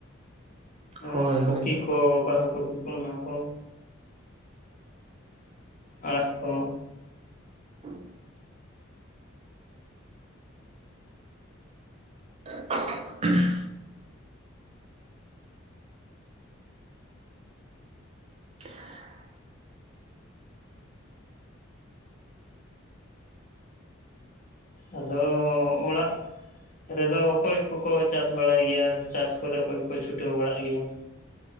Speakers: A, on the left (about 40°); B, on the right (about 30°).
A: ᱦᱮᱸ
B: ᱦᱳᱭ
A: ᱠᱚᱯᱤ
B: ᱦᱳᱭ
A: ᱠᱚ ᱵᱟᱨᱦᱟ ᱠᱚᱯᱤ ᱠᱚ ᱚᱱᱟ ᱠᱚ ᱟᱲᱟᱜ ᱠᱚ
B: ᱚ <unintelligible> <unintelligible> <inaudible>
A: ᱟᱫᱚ ᱚᱲᱟᱜ ᱨᱮᱫᱚ ᱚᱠᱚᱭ ᱠᱚᱠᱚ ᱪᱟᱥ ᱵᱟᱲᱟᱭ ᱜᱮᱭᱟ ᱟᱨ ᱪᱟᱥ ᱠᱚᱨᱮ ᱚᱠᱚᱭ ᱠᱚ ᱪᱷᱩᱴᱟᱹᱣ ᱵᱟᱲᱟᱜ ᱜᱮᱭᱟ?